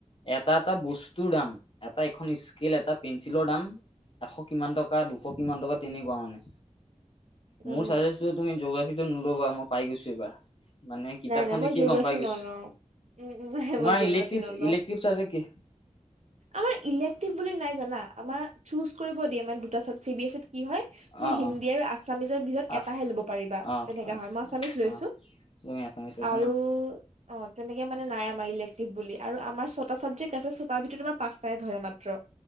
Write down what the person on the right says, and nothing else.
উম
নাই - নাই
মই জিঅ'গ্ৰাফি
নলও। উম, নে
মই জিঅগ্ৰাফি
নলও
আমাৰ ইলেক্টিভ বুলি নাই জানা। আমাৰ চুজ কৰিব দিয়ে মানে দুটা চাব চি বি এছ ইত। কি হয় তুমি
হিন্দী
আৰু আছামিজৰ ভিতৰত
এটাহে লব পাৰিবা
তেনেকা
হয় মই আছামিজ লৈছো।
আৰু
অ, তেনেকে মানে নাই আমাৰ ইলেক্টিভ বুলি আৰু আমাৰ ছটা ছাবজেকট আছে তাৰ ভিতৰত তোমাৰ পাচটাহে ধৰে মাত্ৰ।